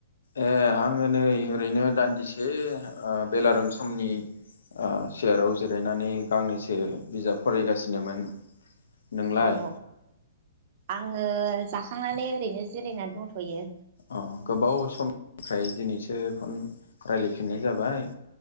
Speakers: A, on the left; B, on the right.
A: ए आङो नै ओरैनो दान्दिसे ओ बेलारोम समनि ओ सेयाराव जिरायनानै गांनैसो बिजाब फरायगासिनोमोन। नोंलाय?
B: अ आङो जाखांनानै ओरैनो जिरायनानै दंथयो।
A: अ गोबाव समनिफ्राय दिनैसो फन रायज्लायफिननाय जाबाय